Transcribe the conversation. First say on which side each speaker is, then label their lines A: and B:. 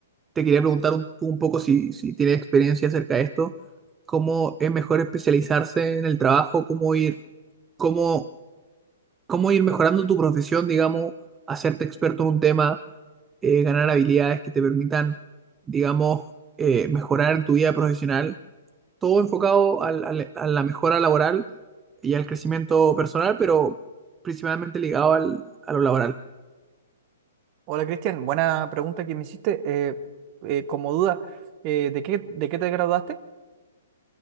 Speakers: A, on the right; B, on the right.
A: te quería preguntar un, un poco si, si tienes experiencia acerca de esto, cómo es mejor especializarse en el trabajo, cómo ir, cómo, cómo ir mejorando tu profesión, digamos, hacerte experto en un tema, eh, ganar habilidades que te permitan, digamos, eh, mejorar en tu vida profesional todo enfocado al- al- a la mejora laboral y al crecimiento personal, pero principalmente ligado al, a lo laboral.
B: Hola Cristian, buena pregunta que me hiciste. Eh, eh, como duda, eh, ¿de qué, de qué te graduaste?